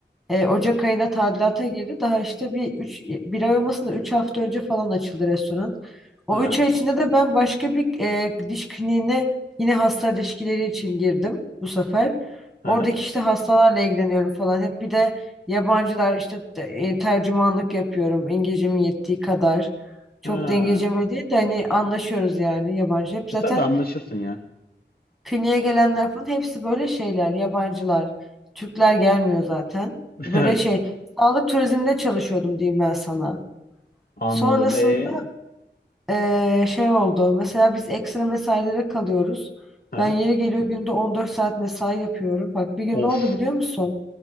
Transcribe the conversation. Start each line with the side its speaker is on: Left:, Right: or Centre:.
Centre: E, Ocak ayında tadilata girdi. Daha işte bir üç, bir ay olmasın da 3 hafta önce falan açıldı restoran. O
Left: Ha.
Centre: 3 ay içinde de ben başka bir e, diş kliniğine yine hasta ilişkileri için girdim bu sefer.
Left: Ha.
Centre: Oradaki işte hastalarla ilgileniyorum falan. Hep bir de yabancılar işte te- e, tercümanlık yapıyorum. İngilizcemin yettiği kadar. Çok
Left: Ha.
Centre: da İngilizcemi değil de hani anlaşıyoruz yani yabancı. Hep zaten
Left: E tabii anlaşırsın ya.
Centre: Kliniğe gelenler falan hepsi böyle şeyler, yabancılar. Türkler gelmiyor zaten.
Left: <laughs>
Centre: Böyle
Left: Evet.
Centre: şey, sağlık turizminde çalışıyordum diyeyim ben sana.
Left: Anladım.
Centre: Sonrasında
Left: E.
Centre: eee, şey oldu. Mesela biz ekstra mesailere kalıyoruz.
Left: Ha.
Centre: Ben yeri geliyor günde 14 saat mesai yapıyorum. Bak bir gün
Left: Of.
Centre: ne oldu biliyor musun?